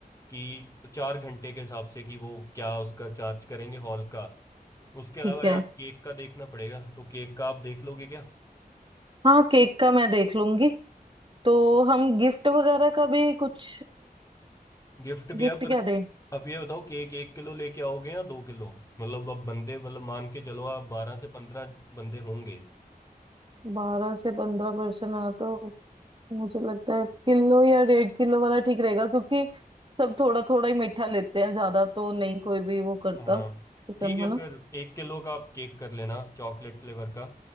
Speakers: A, on the left; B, on the right.
A: कि चार घंटे के हिसाब से कि वो क्या उसका चार्ज करेंगे हॉल का उसके अलावा
B: ठीक
A: यार
B: है
A: केक का देखना पड़ेगा तो केक का आप देख लोगे क्या
B: हाँ केक का मैं देख लूंगी तो हम गिफ्ट वगैरह का भी कुछ
A: गिफ्ट भी
B: गिफ्ट
A: है पर
B: क्या दें
A: आप ये बताओ केक एक किलो लेके आओगे या दो किलो मतलब अब बंदे मतलब मान के चलो आप बारह से पंद्रह बंदे होंगे
B: बारह से पंद्रह परसेंट आ तो मुझे लगता है किलो या डेढ़ किलो वाला ठीक रहेगा क्योंकि सब थोड़ा थोड़ा ही मीठा लेते हैं ज्यादा तो नहीं कोई भी वो करता
A: हाँ
B: पसंद
A: ठीक है
B: है ना
A: फिर एक किलो का आप केक कर लेना चॉकलेट फ्लेवर का